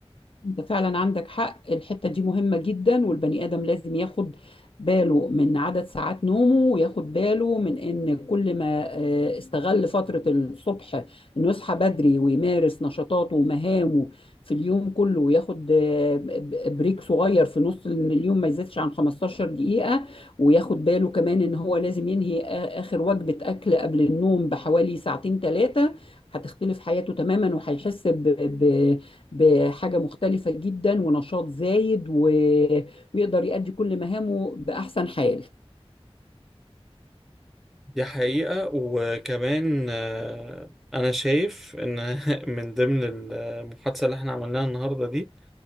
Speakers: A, on the left; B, in the centre.
A: انت فعلا عندك حق الحتة دي مهمة جدا والبني آدم لازم ياخد باله من عدد ساعات نومه وياخد باله من ان كل ما آه، استغل فترة الصبح انه يصحى بدري ويمارس نشاطاته ومهامه في اليوم كله وياخد آه، ب- بريك صغير في نص اليوم ما يزيدش عن 15 دقيقة وياخد باله كمان ان هو لازم ينهي آ- اخر وجبة اكل قبل النوم بحوالي ساعتين ثلاثة هتختلف حياته تماما وهيحس ب... ب... بحاجة مختلفة جدا ونشاط زايد و... ويقدر يؤدي كل مهامه بأحسن حال
B: دي حقيقة وكمان آه، أنا شايف إن <laughs> من ضمن المحادثة اللي إحنا عملناها النهاردة دي